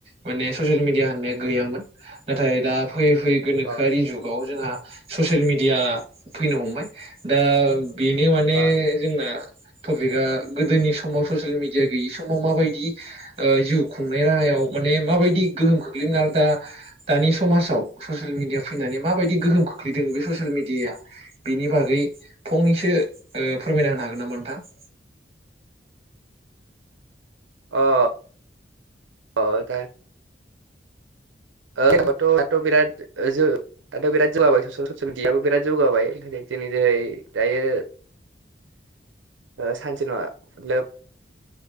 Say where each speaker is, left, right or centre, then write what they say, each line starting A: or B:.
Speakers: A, on the right (about 30°); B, on the right (about 85°).
A: माने ससियेल मिडिया होननाय गैयामोन नाथाय दा फैयै फैयै गोनोखोआरि
B: अ
A: जुगाव जोंहा ससियेल मि दिया फैनो हमबाय दा बेनो माने
B: अ
A: जोंना टपिकआ गोदोनि समाव ससियेल मिडिया गैयि समाव माबायदि ओ जिउ खुंनाय राहा याव माने माबायदि गोहोम खोख्लैमोन आरो दा दानि समाजाव ससिल मिडिया फैनानै माबायदि गो होम खोख्लैदों बे फोर मिडियााया बिनि बागै फंनैसो ओ फोरमायना होनो हागोन नामा नोंथां <inaudible>
B: अ औ दा ओ दाथ' थ' बिराद दाथ' बिराद जौगाबाय ससियेल मिडियाबो बिराद जौगाबाय जोंनि जेरै दायो ओ सानसे नङा <unintelligible>